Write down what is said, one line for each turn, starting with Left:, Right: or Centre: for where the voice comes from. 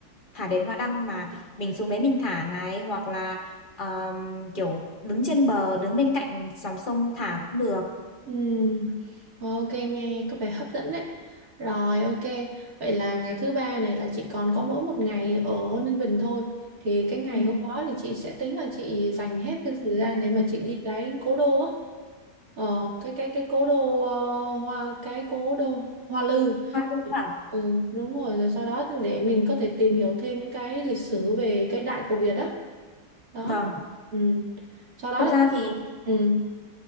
Left: thả đèn hoa đăng mà mình xuống đấy mình thả này hoặc là um, kiểu đứng trên bờ, đứng bên cạnh dòng sông thả cũng được.
Right: Ừm, ok nghe có vẻ hấp dẫn đấy rồi ok vậy là ngày thứ ba này là chị còn có mỗi một ngày ở Ninh Bình thôi thì cái ngày
Left: Ừ.
Right: hôm đó thì chị sẽ tính là chị dành hết cái thời gian để mà chị đi cái cố đô á Ờ, cái cái cái cố đô ờ, hoa cái cố đô Hoa Lư
Left: Hoa luôn à?
Right: ừ, đúng rồi rồi sau đó để mình có thể tìm hiểu thêm những cái lịch sử về cái Đại cổ Việt đó đó
Left: Vâng,
Right: ừ. sau đó
Left: thực ra thì
Right: thì ừ.